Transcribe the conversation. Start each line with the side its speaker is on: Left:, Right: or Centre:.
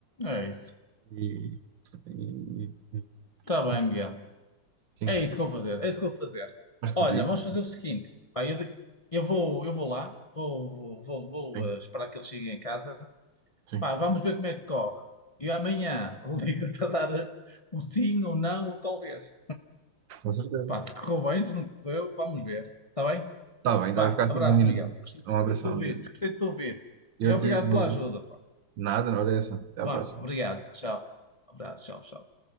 Left: É isso.
Right: e, e, e-
Left: Tá bem,
Right: e-
Left: Miguel.
Right: sim,
Left: É isso que eu vou fazer. É isso que eu vou fazer.
Right: mais
Left: Olha,
Right: devido.
Left: vamos fazer o seguinte. Pá, eu, de- eu vou, eu vou lá. Vou, vou, vou, vou,
Right: Sim,
Left: eh, esperar que eles cheguem em casa.
Right: sim,
Left: Pá, vamos ver como é que corre. E amanhã <laughs> ligo-te a dar eh, um sim ou não, ou talvez.
Right: com certeza.
Left: Pá, se correu bem, se não correu, vamos ver. Tá bem?
Right: Está bem, está
Left: Pá,
Right: a ficar aqui
Left: abraço,
Right: combinado.
Left: Miguel. Gostei
Right: Um abração,
Left: de te ouvir.
Right: adeus.
Left: Gostei de te ouvir.
Right: E
Left: E
Right: eu
Left: obrigado
Right: tive um
Left: pela
Right: abraço.
Left: ajuda, pá.
Right: Nada, olha essa. Até a
Left: Vá,
Right: próxima.
Left: obrigado. Tchau. Abraço, tchau, tchau.